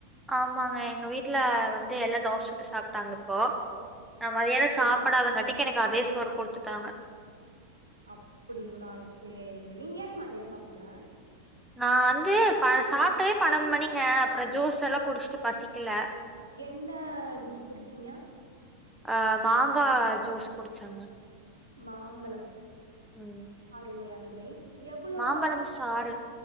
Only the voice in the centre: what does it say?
ஆமாங்க எங்க வீட்டுல வந்து எல்லா தோச சுட்டு சாப்ட்டாங்க இப்போ நா மதியான
சாப்பிடாதாட்டிக்கி எனக்கு அதே சோறு குடுத்துட்டாங்க
நா வந்து பழ சாப்பிட்டதே பண்ணெண்டு மணிங்க அப்றோ ஜூஸ் எல்லா குடிச்சுட்டு பசிக்கல
அ மாங்கா ஜூஸ் குடிச்சங்க
ம்
மாம்பழம் சாறு